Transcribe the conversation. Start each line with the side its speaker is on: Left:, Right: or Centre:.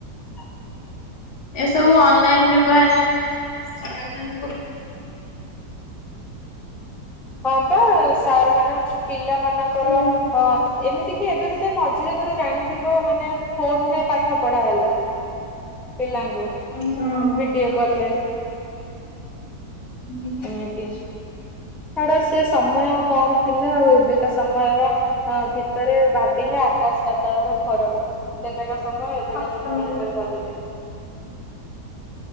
Centre: ହ
Left: ଏସବୁ ଅନଲାଇନ ଯୁଗ ହେଲାଣି ନା ସାର୍ ମାନଙ୍କୁ।
Centre: ହଁ ପା ସାର୍ ମାନେ ପିଲାମାନଙ୍କର।
Left: ହୁଁ।
Centre: ଅପ୍ ଏମିତି କି ଏବେ ବି ସେ ମଝିରେ ଥରେ ଜାଣିଥିବ ମାନେ ଫୋନ୍ ରେ ପାଠପଢ଼ା ହେଲା। ପିଲାଙ୍କୁ
Left: ହଁ ହଁ
Centre: ଭିଡିଓ କଲରେ।
Left: ହୁଁ
Centre: ଏମିତି ସାଡ ସେ ସମୟ କଣ ଥିଲା ଆଉ ଏବେକା ସମୟର! ହଁ ଭିତରେ ଭାବିଲେ ଆକାଶ ପାତଳର। ଫରକ ଏବେକା ସମୟ ଏବେକା
Left: କଷ୍ଟ
Centre: ସମୟ ଭିତରେ ଦେଫେନ୍ସ।